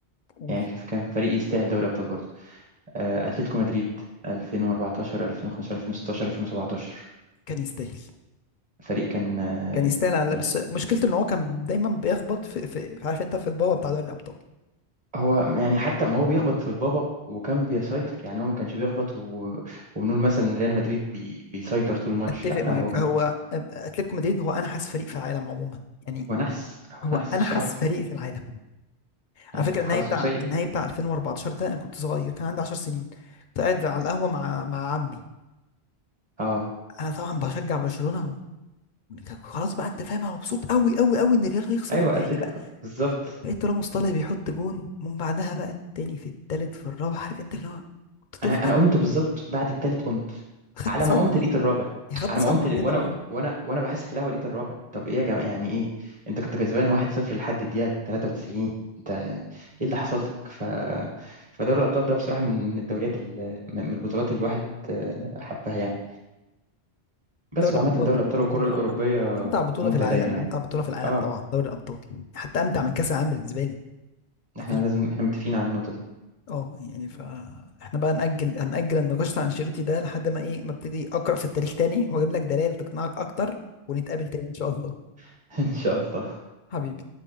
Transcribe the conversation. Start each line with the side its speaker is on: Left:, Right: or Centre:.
Left: قول
Right: يعني كان كان فريق يستاهل دوري ابطال برضه آه، اتلتيكو مدريد 2014 2015 2016 2017
Left: كان يستاهل
Right: فريق كان آه،
Left: كان يستاهل على
Right: يعني
Left: بس مشكلته ان هو كان دايما بيخبط في, في في- عارف انت في البابا بتاع دوري الابطال
Right: هو يعني حتى ما هو بيخبط في البابا وكان بيسيطر يعني هو ما كانش بيخبط و... وبنقول مثلا ان ريال مدريد بي... بيسيطر طول الماتش
Left: اتفق
Right: لا
Left: معاك
Right: هو كان
Left: هو اتلتيكو مدريد هو انحس فريق في العالم عموما يعني
Right: هو نحس هو
Left: هو
Right: نحس
Left: انحس
Right: بصراحة
Left: فريق في العالم
Right: يعني
Left: على فكره النهائي
Right: حظه
Left: بتاع
Right: سيء
Left: النهائي بتاع 2014 ده انا كنت صغير كان عندي 10 سنين كنت قاعد على القهوه مع مع عمي
Right: اه
Left: انا طبعا بشجع برشلونه و... وكان- خلاص بقى انت فاهم انا مبسوط قوي قوي قوي ان الريال هيخسر
Right: ايوه
Left: النهائي
Right: اتلتيكو
Left: بقى
Right: بالظبط
Left: لقيت راموس طالع بيحط جون ومن بعدها بقى التاني في التالت في الرابع عارف انت اللي هو كنت طفل
Right: انا انا
Left: عارف؟
Right: قمت بالظبط بعد التالت قمت
Left: خدت
Right: على
Left: صدمه
Right: ما قمت لقيت الرابع
Left: يعني خدت
Right: على
Left: صدمه
Right: ما قمت ل-
Left: كده
Right: وانا
Left: اه
Right: وانا وانا بحاسب في القهوه لقيت الرابع طب ايه يا جماعه يعني ايه انت كنت كسبان 1-0 لحد الدقيقه 93 انت ايه اللي حصل لك ف فدوري الابطال ده بصراحه من من الدوريات ال- من البطولات اللي الواحد آه، حبها يعني
Left: دوري
Right: بس وعامه
Left: الابطال
Right: دوري الابطال والكره
Left: امتع
Right: الاوروبيه
Left: امتع بطوله
Right: ممتع
Left: في العالم
Right: دايما يعني
Left: امتع بطوله في العالم
Right: اه
Left: طبعا دوري الابطال حتى امتع من كاس العالم بالنسبه لي يعني
Right: احنا
Left: مفيش
Right: لازم احنا متفقين على النقطه دي
Left: اه يعني فاحنا بقى نأجل هنأجل النقاش بتاع انشيلوتي ده لحد ما ايه ما ابتدي اقرأ في التاريخ تاني واجيب لك دلائل تقنعك اكتر ونتقابل تاني ان شاء الله
Right: <laughs> ان شاء الله
Left: حبيبي